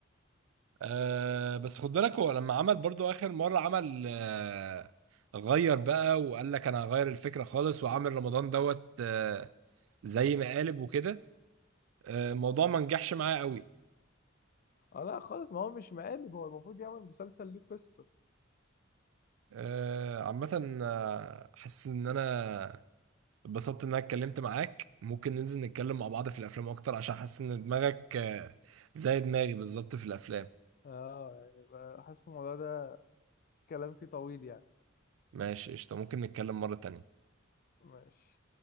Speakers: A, on the right (about 75°); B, on the left (about 45°).
A: آه بس خد بالك هو لما عمل برضه اخر مره عمل آه غير بقى وقال لك انا هغير الفكره خالص وعامل رمضان دوت آه زي مقالب وكده آه الموضوع ما نجحش معايا قوي
B: اه لا خالص ما هو مش مقالب هو المفروض يعمل مسلسل ليه قصه
A: آه عامه آه، حاسس ان انا اتبسطت ان انا اتكلمت معاك ممكن ننزل نتكلم مع بعض في الافلام اكتر عشان حاسس ان دماغك آه، زي دماغي بالظبط في الافلام
B: اه يعني بحس الموضوع ده كلام فيه طويل يعني
A: ماشي قشطة ممكن نتكلم مرة تانية
B: ماشي